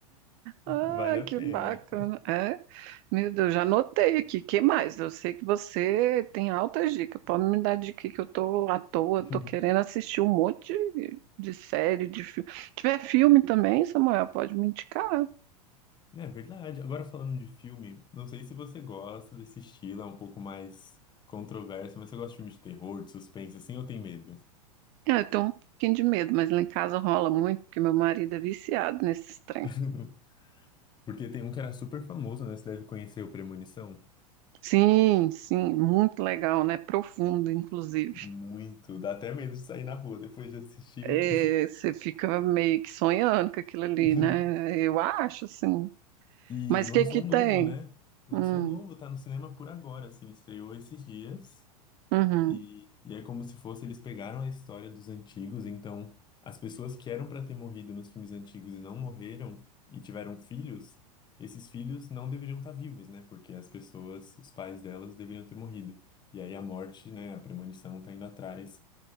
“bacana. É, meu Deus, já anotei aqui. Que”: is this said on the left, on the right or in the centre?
Right